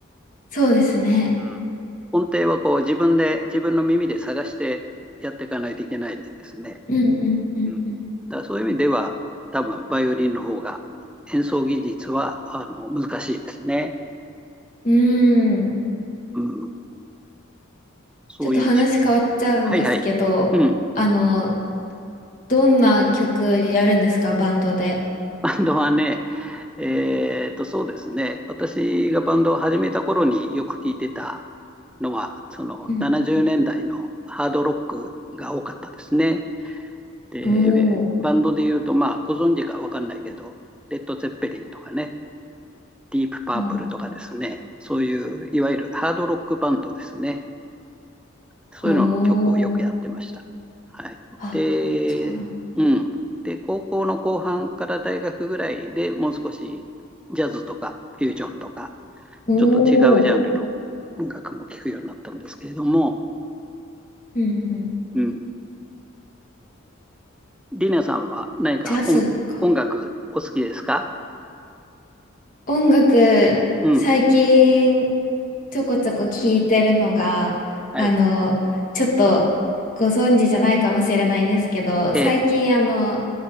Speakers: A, on the left; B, in the centre.
A: そうですね。
B: うん。音程はこう、自分で、自分の耳で探してやっていかないといけないんでですね。
A: うんうんうんうん。
B: うん。だからそういう意味では、多分、バイオリンの方が、演奏技術は、あの、難しいですね。
A: うーん。
B: うん。そういうち、
A: ちょっと話変わっちゃうんですけど、
B: はいはい。うん。
A: あの、どんな曲やるんですか、バンドで。
B: バンドはね、えーと、そうですね、私がバンドを始めた頃によく聞いてたのは、その70年代のハードロックが多かったですね。
A: うんうん
B: で、
A: おー
B: バンドで言うと、まあ、ご存知か分かんないけど、レッド・ゼッペリンとかね、ディープ・パープルとかですね、
A: お
B: そういういわゆるハードロックバンドですね。そういうのの曲をよくやってました。
A: ー、おお、
B: はい。
A: あ、
B: で、
A: そうなん、
B: うん。で、高校の後半から大学ぐらいでもう少しジャズとかフュージョンとか、
A: お
B: ちょっと違うジャンルの音楽も聴くようになったんですけれども、
A: お、うんうん。
B: うん。リナさんは何か音、
A: ジャズか。
B: 音楽お好きですか
A: 音楽、
B: うん。
A: 最近ちょこちょこ聞いてるのが、
B: はい。
A: あの、ちょっとご存知じゃないかもしれないですけど、
B: ええ、
A: 最近あの、